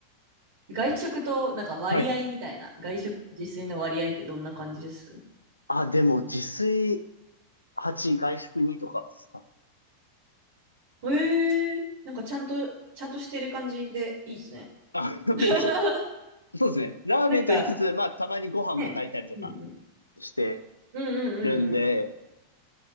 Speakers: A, on the right; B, on the left.
A: 外食と、なんか割合みたいな、
B: はい。
A: 外食、自炊の割合ってどんな感じです
B: あ、でも自炊、8、外食にとかさ
A: ええー、なんかちゃんと、ちゃんとしてる感じでいいですね。
B: あそうです
A: <laughs>
B: <laughs> そうですね。ラーメンと言いつつ、
A: なんか、
B: まあ、たまにご飯も炊いたりとか
A: ね。うんうん。
B: して
A: うんうんうんうん。
B: るんで、